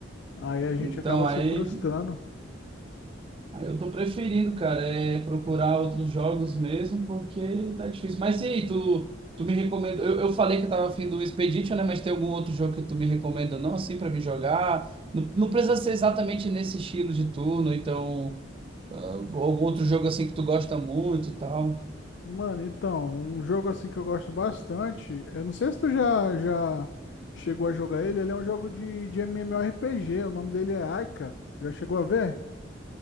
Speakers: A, on the left (about 65°); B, on the right (about 30°).
A: aí a gente
B: Então
A: acaba
B: aí
A: se frustrando.
B: Ah, Eu tô preferindo, cara, é procurar outros jogos mesmo, porque tá difícil. Mas e aí, tu, tu me recomenda? Eu, eu falei que eu tava afim do Expedition, né? Mas tem algum outro jogo que tu me recomenda, não, assim, pra me jogar? Não, não precisa ser exatamente nesse estilo de turno, então, ah, algum outro jogo assim que tu gosta muito e tal.
A: Mano, então, um jogo assim que eu gosto bastante, eu não sei se tu já, já chegou a jogar ele, ele é um jogo de, de MMORPG, o nome dele é Aika, já chegou a ver? <laughs>